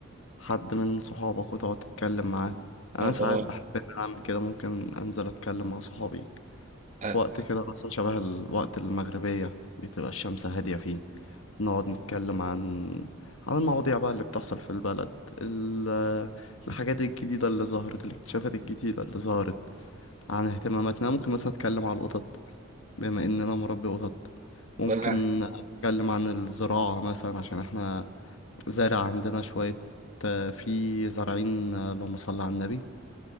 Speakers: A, on the left; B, on the right.
A: حد من صحابك وتقعد تتكلم معاه انا
B: اه
A: ساعات بحب ان أنا اعمل كده ممكن انزل اتكلم مع صحابي في
B: آه،
A: وقت كده مثلا شبه الوقت المغربية بتبقى الشمس هادية فيه نقعد نتكلم عن عن المواضيع بقى اللي بتحصل في البلد ال... الحاجات الجديدة اللي ظهرت الاكتشافات الجديدة اللي ظهرت عن اهتماماتنا ممكن مثلا أتكلم عن القطط بما إن أنا مربي قطط ممكن
B: وانا
A: أتكلم عن الزراعة مثلا عشان احنا زارع عندنا شوية آه، في زارعين آه، اللهم صل على النبي